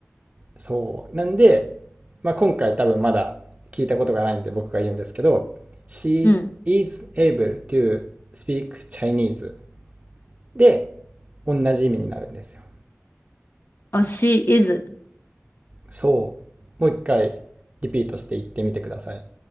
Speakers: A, on the right; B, on the left.
A: そう。なんで、まあ、今回多分まだ聞いたことがないんで僕が言うんですけど、she
B: うん。
A: is able to speak Chinese で同じ意味になるんですよ。
B: あ、she is.
A: そう。もう一回リピートして言ってみてください。